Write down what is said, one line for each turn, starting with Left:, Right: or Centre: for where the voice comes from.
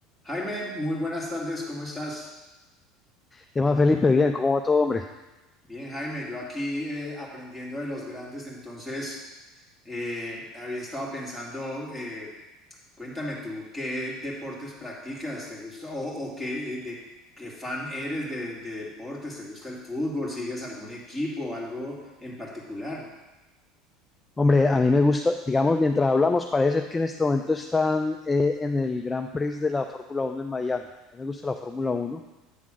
Centre: Jaime, muy buenas tardes, ¿cómo estás?
Left: ¿Qué más, Felipe? Bien, ¿cómo va todo, hombre?
Centre: Bien, Jaime, yo aquí eh, aprendiendo de los grandes, entonces eh, había estado pensando, eh, cuéntame tú, ¿qué deportes practicas? ¿Te gusta? ¿O, o qué, eh, de, qué fan eres de, de deportes? ¿Te gusta el fútbol? ¿Sigues algún equipo, o algo en particular?
Left: Hombre, a mí me gusta, digamos, mientras hablamos, parece ser que en este momento están eh, en el Gran Prix de la Fórmula Uno en Miami. A mí me gusta la Fórmula Uno